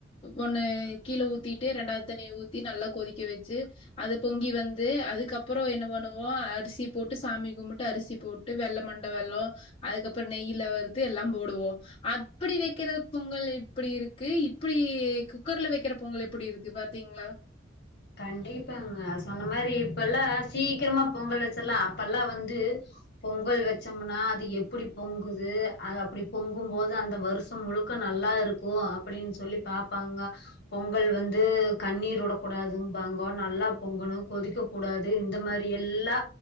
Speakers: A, on the left; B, on the left.
A: ஒண்ணு கீழ ஊத்திட்டு ரெண்டாவது தண்ணிய ஊத்தி நல்லா கொதிக்க வச்சு அது பொங்கி வந்து அதுக்கப்பறோ என்ன பண்ணுவோ அரிசி போட்டு சாமி கும்புட் டு அரிசி போட்டு வெல்லோ மண்ட வெல்லோ அதுக்கப்பறோ நெய்யில வறுத்து எல்லா போடுவோ அப்பிடி வக்கிற பொங்கல் எப்புடி இருக்கு இப்பிடி குக்கர்ல வக்கிற பொங்கல் எப்பிடி இருக்கு பாத்தீங்களா
B: கண்டிப்பாங்க சொன்ன மாரி இப்பல்லா சீக்கிரமா பொங்கல் வச்சர்லா அப்பல்லா வந்து பொங்கல் வச்சமுனா அது எப்பிடி பொங்குது அது அப்பிடி பொங்கும்போது அந்த வரு ஷம் முழுக்க நல்லா இருக்கு அப்பிடின்னு சொல்லி பாப்பாங்கங்க பொங்கல் வந்து கண்ணீர் ஓட கூடாதும்பாங்கோ நல்லா பொங்கணு கொதிக்க கூடாது இந்த மாரி எல்லா